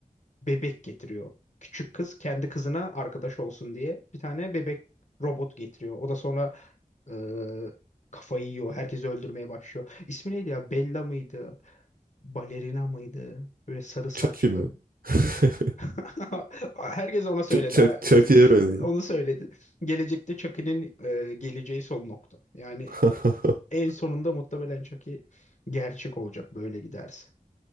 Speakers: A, on the left; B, on the right.
A: bebek getiriyor. Küçük kız kendi kızına arkadaş olsun diye bir tane bebek robot getiriyor. O da sonra Ee, kafayı yiyor. Herkesi öldürmeye başlıyor. İsmi neydi ya? Bella mıydı? Balerina mıydı? Böyle sarı saçlı.
B: Chucky mi? <laughs>
A: <laughs> Herkes ona söyledi
B: Ç- Chuck-
A: ha.
B: Chucky'ye benziyor.
A: <laughs> Onu söyledi. Gelecekte Chucky'nin e, geleceği son nokta. Yani
B: <laughs>
A: en sonunda muhtemelen Chucky gerçek olacak böyle giderse.